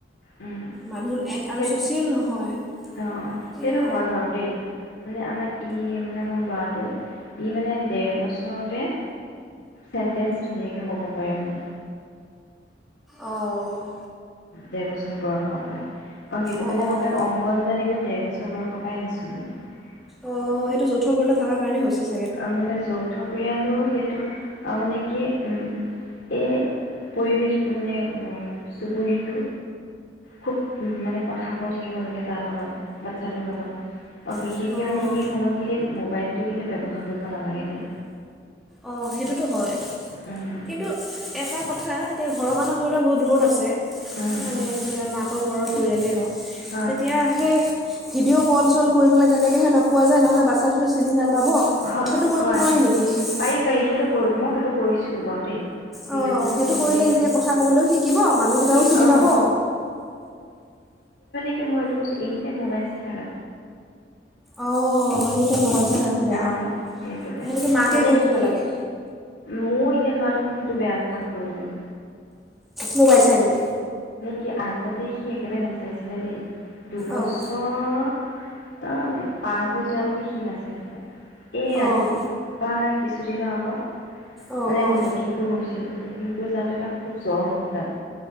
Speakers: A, on the left; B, in the centre.
A: উম,
B: মানুহ আৰু
A: সেই
B: ছ'চিয়েল নহয়
A: অ অ
B: এতিয়া
A: সেইটো হয় বাৰু দেই মানে আমাৰ ই মানে মোৰ লৰাটো ই মানে ডেৰ বছৰ তে চেন্টেঞ্চ ধুনীয়াকে ক'ব। পাৰে মানে।
B: অ'।
A: ডেৰ বছৰ বয়সৰ পৰা। অ, সেইটো
B: অঁ
A: কাৰণে
B: অঁ
A: মই তাক অংকনবাডীনে ডেৰ বছৰ বয়সৰ পৰাই নিছোঁ মানে
B: অ সেইটো যৌথ পৰিয়ালত থাকা কাৰণে হৈছে চ
A: আ মানে যৌথ পৰিয়ালো সেইটো টো অহ মানে কি উম এই পৰিৱেশটো মানে উম চুবুৰীটো খুব মানে কথা কৈ থাকিব লাগে তাৰ লগত বাচ্ছাটোৰ লগত আৰু বিশেষকৈ
B: অঁ
A: মানে সেই সময়খিনিত মোবাইলটো কিন্তু ব্যৱহাৰ কৰিব নালাগে দেই।
B: অ সেইটোতো হয়।
A: উম
B: কিন্তু এটা কথা এতিয়া ঘৰৰ মানুহ ধৰি লোৱা বহুত দূৰত আছে
A: উম
B: মানে এতিয়া মাকৰ ঘৰৰ পৰিয়ালেই হওক
A: হয়
B: তেতিয়া সেই ভিডিঅ' কল-চল কৰিবলৈ তেনেকেহে লগ পোৱা যায় নহ'লে বাচ্ছটোতো চিনি না পাব,
A: হয়
B: সেইটো কৰিব
A: হয়
B: নোৱাৰি
A: হয়
B: নেকি?
A: পাৰি পাৰি সেইটো কৰো ময়ো সেইটো কৰিছিলো বাৰু দেই। ভিডিঅ'
B: অ
A: কলিং
B: সেইটো
A: কৰোঁ
B: কৰিলে
A: দেই
B: তেতিয়া কথা ক'বলৈও শিকিব মানুহকেইটাও
A: সি
B: চিনি
A: অঁ
B: পাব।
A: এই মই এইটো কৈছো এনিটাইম মোবাইল চাই থাকা
B: অ এনিটাইম মোবাইল চাই থাকাটো বেয়া
A: অঁ
B: অ
A: সেইটোকে
B: সেইটোতো মাকে
A: মানে
B: কৰিব
A: সি
B: নালাগে।
A: মোৰ এতিয়া লৰাটোক মই সেইটো বেয়া অভ্যাস কৰিলো
B: মোবাইল চাই নেকি?
A: সি আগতে সি একেবাৰে নাচাইছিলে দেই। দুবছৰ
B: অঁ
A: অ পাৰ হৈ যোৱালৈকে সি নাচাই এ আজি
B: অঁ
A: পা কিছুদিনৰ আগত
B: অঁ
A: মানে
B: অঁ
A: আমি লখিমপুৰ গৈছিলো। লখিমপুৰ যাওতে তাৰ খুব জ্বৰ হ'ল তাত।